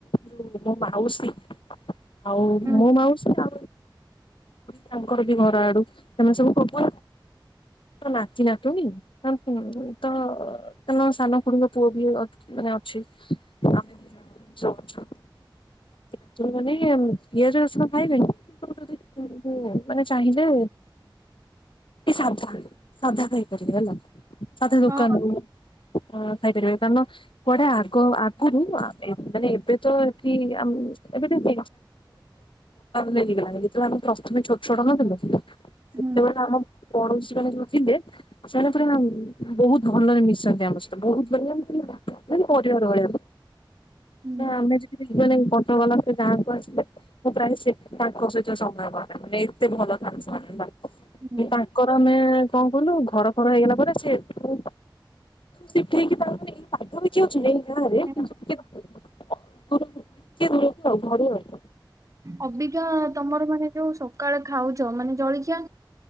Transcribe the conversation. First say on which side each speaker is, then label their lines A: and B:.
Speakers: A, on the left; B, on the right.
A: ଯଉ ମୋ ମାଉସୀ ଆଉ
B: ହୁଁ
A: ମୋ ମାଉସୀ ଆ ତାଙ୍କର ବି ଘର ଆଡୁ ସେମାନେ ସବୁ <unintelligible> ନାତି, ନାତୁଣି <unintelligible> ସାନ ଖୁଡୀ ଙ୍କ ପୁଅ ବି ମାନେ ଅଛି ଆମେ ଜଣ ମାନେ ପିଆଜ ରସୁଣ ଖାଇବେ କି ଯଦି ମାନେ ଚାହିଁଲେ ସାଧା ସାଧା ଖାଇପାରିବି ହେଲା। ତା ଦେହେ ଦୋକାନ
B: ହଁ
A: ରୁ। ହଁ। ଖାଇପାରିବେ କାରଣ କୁଆଡେ ଆଗ ଆଗରୁ ମାନେ ଏବେ ତ ଏଠି ଏବେ ଟିକ <unintelligible> ନେଇଗଲାଣି ଯେତେବେଳେ ଆମେ ପ୍ରଥମେ ଛୋଟ ଛୋଟ ହେଇ ନ ଥିଲୁ ସେତେବେଳେ
B: ହୁଁ
A: ଆମ ପଡୋଶୀ ମାନେ ଯୋଉ ଥିଲେ ସେମାନେ ପୁରା ବହୁତ ଭଲରେ ମିଶନ୍ତି ଆମ ସହିତ ବହୁତ ପରିବାର ଭଳିଆ ହଁ
B: ହୁଁ
A: ଆମେ ଯେତିକି ଫଟୋ ବାଲା ସେ ଯାହାକୁ ଆସିଲେ ମୁଁ ପ୍ରାୟ ତାଙ୍କ ସହିତ ସମୟ କଟାଏ ମାନେ ଏତେ ଭଲ ଥାନ୍ତି ସେମାନେ।
B: ହୁଁ
A: ତାଙ୍କର ଆମେ କଣ କଲୁ? ଘର ଫର ହେଇଗଲା ପରେ ସେଠୁ ସିପ କିି ତାଙ୍କର ଏଇ ପାଗ ବି କିଛି ଅଛି ଗାଁ ରେ
B: ହୁଁ।
A: <unintelligible> <unintelligible> ଘରୁ ଆଉ।
B: ଅବିକା ତମର ମାନେ ଯୋଉ ସବ ସକାଳେ ଖାଉଛ ମାନେ ଜଳଖିଆ